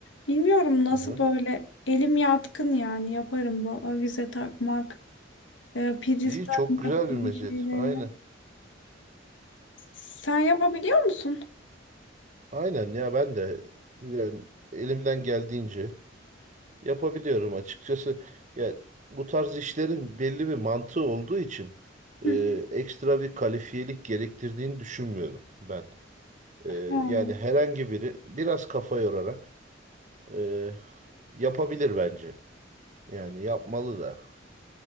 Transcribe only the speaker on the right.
Aha.
İyi
çok güzel
bir meziyet.
Aynen.
Aynen ya ben de yani elimden geldiğince yapabiliyorum açıkçası. Ya bu tarz işlerin belli bir mantığı olduğu için
e,
ekstra bir kalifiyelik gerektirdiğini düşünmüyorum ben. E,
yani herhangi biri biraz kafa yorarak e, yapabilir bence. Yani yapmalı da.